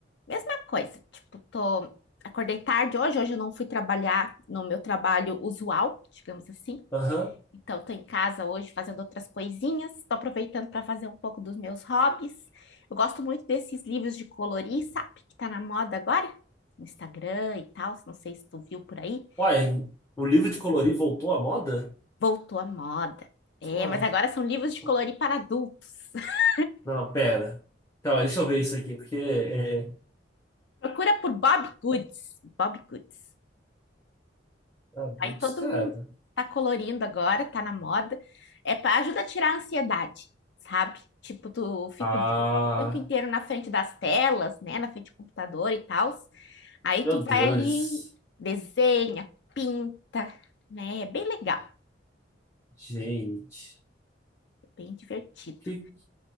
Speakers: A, on the left (about 65°); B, on the left (about 15°).
A: Mesma coisa, tipo, tô... acordei tarde hoje, hoje eu não fui trabalhar no meu trabalho usual, digamos assim.
B: Aham.
A: Então, tô em casa hoje fazendo outras coisinhas, tô aproveitando para fazer um pouco dos meus hobbies. Eu gosto muito desses livros de colorir, sabe? Que tá na moda agora, no Instagram e tal, não sei se tu viu por aí.
B: Uai, o livro de colorir voltou à moda?
A: Voltou à moda. É,
B: Uai.
A: mas agora são livros de
B: como-
A: colorir para adultos. <laughs>
B: Não, pera. Calma, deixa eu ver isso aqui, porque é... é-
A: Procura por Bob Goods. Bob Goods.
B: é Adultos,
A: Aí todo
B: cara.
A: mundo tá colorindo agora, tá na moda. É para ajuda a tirar a ansiedade, sabe? Tipo, tu fica
B: Ah,
A: o di- o tempo inteiro na frente das telas, né? Na frente do computador e tal. Aí
B: meu
A: tu vai
B: Deus.
A: ali, desenha, pinta, né? É bem legal,
B: Gente,
A: é bem divertido.
B: que,